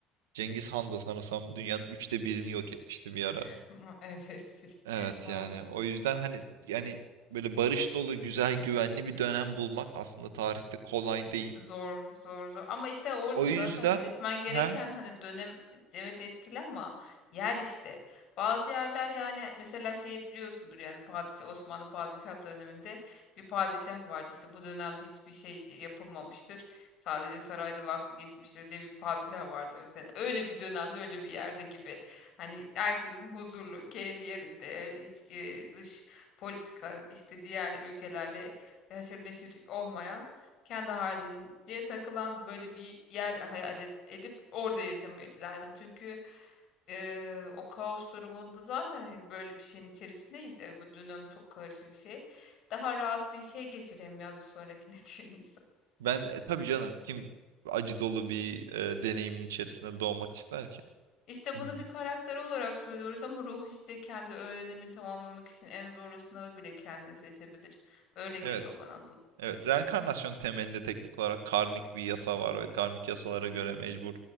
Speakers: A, on the right (about 85°); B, on the left (about 60°).
A: Cengiz Han da sanırsam dünyanın üçte birini yok etmişti bir ara.
B: <laughs> Evet. <laughs>
A: Evet
B: Maalesef.
A: yani o yüzden hani yani böyle barış dolu güzel güvenli bir dönem bulmak aslında tarihte kolay değil.
B: Zor, zor, zor. Ama işte orada
A: O yüzden
B: zaten seçmen gereken
A: ha
B: hani dönem evet etkili ama yer işte. Bazı yerler yani mesela şeyi biliyorsundur yani padişah Osmanlı padişah döneminde bir padişah vardı. İşte bu dönemde hiçbir şey yapılmamıştır. Sadece sarayda vakti geçmiştir diye bir padişah vardı mesela. Öyle bir dönemde öyle bir yerde gibi. Hani herkesin huzurlu, keyfi yerinde, hiç e, dış politika işte diğer ülkelerle haşır neşir olmayan kendi halince takılan böyle bir yer hayal et- edip orada yaşamayı dilerdim. Çünkü e, o kaos durumunda zaten hani böyle bir şeyin içerisindeyiz ya bu dönem çok karışık şey. Daha rahat bir şey geçireyim ya bir sonrakine <laughs> diyor insan.
A: ben e, tabii canım kim acı dolu bir e, deneyimin içerisinde doğmak ister ki?
B: İşte
A: Hmm.
B: bunu bir karakter olarak söylüyoruz ama ruh işte kendi öğrenimini tamamlamak için en zorlu sınavı bile kendine seçebilir. Öyle geliyor
A: Evet.
B: bana bu.
A: Evet, reenkarnasyon temelinde teknik olarak karmik bir yasa var ve karmik yasalara
B: Hı hı.
A: göre mecbur